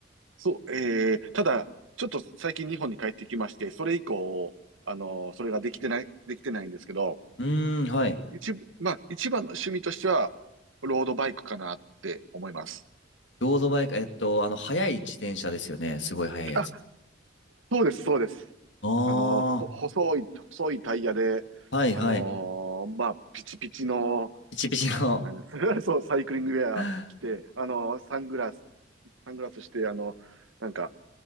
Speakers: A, on the right; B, on the left.
A: そう、えー、ただ、ちょっと最近日本に帰ってきまして、それ以降、あのーそれができてない、できてないんですけど、
B: うーん、はい。
A: 一部、まあ、一番の趣味としては、ロードバイクかなって思います。
B: ロードバイク、えっと、あの、速い自転車ですよね。すごい速いやつ。
A: あ、そうです、そうです。
B: あ
A: あの、ほ、細い、細いタイヤで、
B: あ、はい、
A: あのーまあ、
B: はい。
A: ピチピチの、
B: ピチピチの。
A: なんです <laughs> そう、サイクリングウェア着て、
B: <laughs>
A: あのーサングラス、サングラスして、あの、なんか、